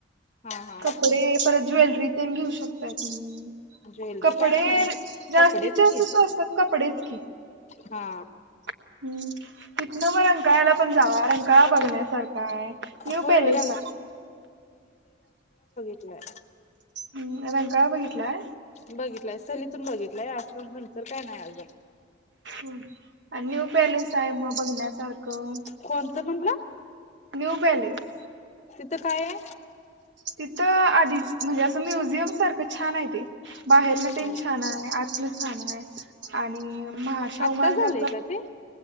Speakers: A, on the left; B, on the right.
A: हा हा
B: कपडे परत ज्वेलरी तेनं घेऊ शकताय तुम्ही.
A: ज्वेलरी
B: कपडे
A: काय नाही
B: जास्ती
A: कपडेच
B: जास्त
A: की
B: स्वस्तात कपडेच की,
A: हा
B: हम्म तिथन मंग रंकाळयाला पण जावा. रं काळा बघण्यासारखा आहे न्यू
A: होय
B: पॅलेस
A: होय रंग
B: जा.
A: नाय.
B: हं रंकाळा बघितलाय.
A: बघितलंय सलीतून बघितलंय असून नंतर काय नाय अजून.
B: अनं न्यू पॅलेस हाय मग. बघण्यासारखं
A: कोणतं म्हणला
B: न्यू पॅलेस.
A: तिथं काय ये?
B: तिथं आधीच म्हणजे असं म्युझियम सारखं छान हाय ते. बाहेरन
A: आहे
B: तेन छान हाय आतनं छान हाय आणि महा. शाहू
A: आत्ता
B: महाराजांचाच
A: झालंय का ते?